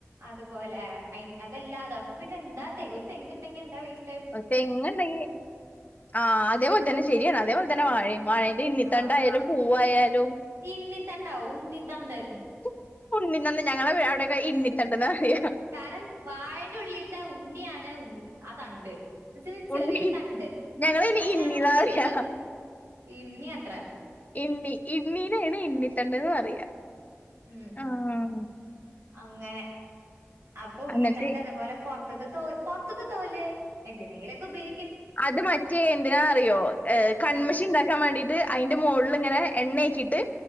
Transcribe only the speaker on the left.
ഒ തെങ്ങുണ്ടെങ്കി ആ.. അതേപോൽ തന്നെ ശെരിയാണ് അതേപോൽ തന്നെ വാഴയിം. വാഴന്റെ ഇണ്ണിത്തണ്ടായാലും
പൂവായാലും.
<unintelligible> ഞങ്ങളെ. <unintelligible> ഇണ്ണിത്തണ്ട്ന്നാ
പറയാ
ഉണ്ണി
ഞങ്ങളയ്ന്
ഇണ്ണീന്നാ
പറയാ
ഇണ്ണി ഇണ്ണീനേണ് ഇണ്ണിത്തണ്ട്ന്ന് പറയാ.
ആഹ്
അന്നിട്ട്
അത് മറ്റേ എന്തിനാ അറിയോ ഏ കണ്മശി
ഇണ്ടാക്കാൻ വേണ്ടീട്ട്. അയിന്റെ മോളിൽങ്ങനെ എണ്ണേക്കിയിട്ട്.